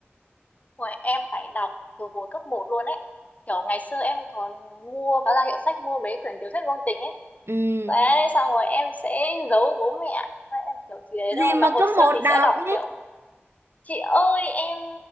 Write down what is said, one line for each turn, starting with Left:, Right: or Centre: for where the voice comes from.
Left: rồi em phải đọc từ hồi cấp một luôn ấy kiểu ngày xưa em còn mua và ra hiệu sách mua mấy quyển tiểu thuyết ngôn tình ấy
Right: ừ
Left: đấy xong rồi em sẽ giấu bố mẹ Đấy, em kiểu chỉ đấy
Right: gì
Left: thôi
Right: mà
Left: mà hồi
Right: cứ
Left: xưa
Right: một
Left: thì
Right: đọc
Left: sẽ đọc
Right: ấy
Left: kiểu chị ơi em